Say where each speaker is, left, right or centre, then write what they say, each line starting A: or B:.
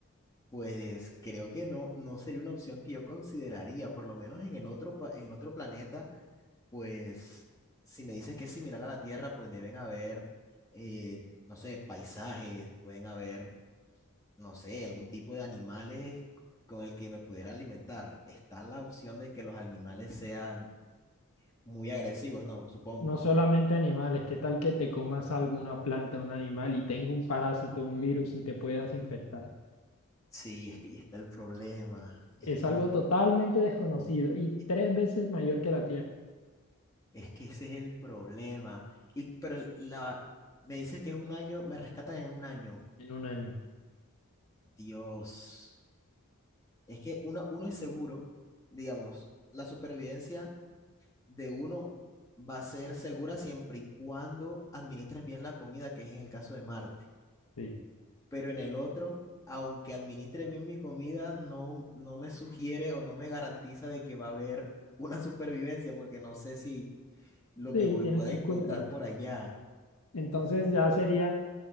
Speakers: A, on the left; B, on the left.
A: Pues creo que no, no sería una opción que yo consideraría, por lo menos en el otro, pa- en el otro planeta, pues si me dices que es similar a la Tierra, pues deben haber, eh, no sé, paisajes, pueden haber, no sé, algún tipo de animales con el que me pudiera alimentar. Está la opción de que los animales sean muy agresivos, ¿no? Supongo.
B: No solamente animales, ¿qué tal que te comas algo, una planta, un animal y tenga un parásito, un virus y te puedas infectar?
A: Sí, es que ahí está el problema. Es
B: Es
A: que
B: algo
A: no.
B: totalmente desconocido y
A: eh,
B: tres veces mayor que la Tierra
A: Es que ese es el problema. Y, pero la, me dices que es un año, me rescatan en un año.
B: en un año.
A: Dios. Es que uno, uno es seguro, digamos, la supervivencia de uno va a ser segura siempre y cuando administres bien la comida, que es en el caso de Marte.
B: Sí.
A: Pero en el otro, aunque administre bien mi comida, no, no me sugiere o no me garantiza de que va a haber una supervivencia, porque no sé si lo
B: Sí,
A: que voy-
B: tienes
A: pueda
B: que
A: encontrar
B: cuidarte.
A: por allá.
B: Entonces ya sería